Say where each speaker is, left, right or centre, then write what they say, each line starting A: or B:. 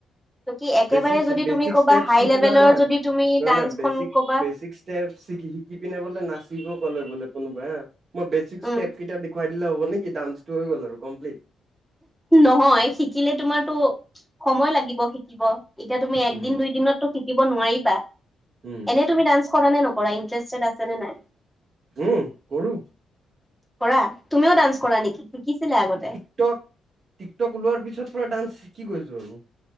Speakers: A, in the centre; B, on the right.
A: কি একেবাৰে
B: বেচিক-বেচিক
A: যদি তুমি ক'বা
B: ষ্টেপচ
A: হাই
B: শিকি
A: লেভেলৰ
B: নহয়-নহয়-নহয়
A: যদি তুমি ডান্সখন
B: বেচিক-বেচিক
A: ক'বা
B: <unintelligible> ষ্টেপ শিকি পিনে বোলে নাচিব কলে বোলে কোনোবাই হা মই বেচিক
A: উম
B: ষ্টেপ কেইটা দে <unintelligible> খুৱাই দিলে হ'ব নেকি? ডানসটো হৈ গ'ল আৰু কমপ্লিট। <unintelligible>
A: নহয় শিকিলে তোমাৰতো সময় লাগিব শিকিব। <inaudible> এতিয়া তুমি একদিন,
B: উম
A: দুই দিনতো শিকিব নোৱাৰিবা। <unintelligible>
B: উম
A: এনেই তুমি ডান্স কৰা নে নকৰা ইণ্টাৰেষ্টেড আছে নে নাই? <inaudible>
B: উম! কৰো। <inaudible>
A: কৰা তুমিও ডান্স কৰা নেকি? শিকিছিলা আগতে? <unintelligible>
B: টিকটক-টিকটক ওলোৱাৰ পিছত পুৰা ডান্স শিকি গৈছো আৰু। <unintelligible>